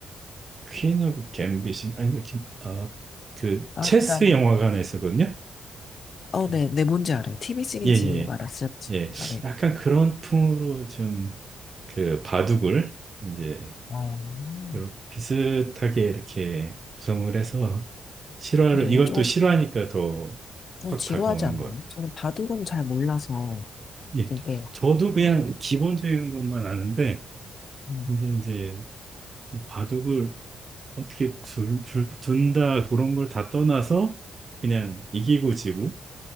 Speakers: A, on the right; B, on the left.
A: 퀸 오브 갬빗인 아니 아그
B: 아,
A: 체스
B: 드라마.
A: 영화관에 있었거든요.
B: 어,
A: 그,
B: 네, 네, 뭔지 알아요. TV 시리즈
A: 예, 예,
B: 말았어요. 진짜,
A: 예.
B: 네.
A: 약간 그런 풍으로 좀 그 바둑을 이제
B: 어, 음.
A: 이렇게 비슷하게 이렇게 구성을 해서 실화를
B: 그래요.
A: 이건
B: 좀,
A: 또 실화니까 더
B: 좀
A: 확
B: 지루하지
A: 다가오는
B: 않나요?
A: 것 같더라고요.
B: 저는 바둑은 잘 몰라서,
A: 예,
B: 이게,
A: 저도 그냥 기본적인 것만 아는데
B: 음,
A: 근데 이제 바둑을 어떻게 둘, 둘, 둔다 그런 걸 다 떠나서 그냥 이기고 지고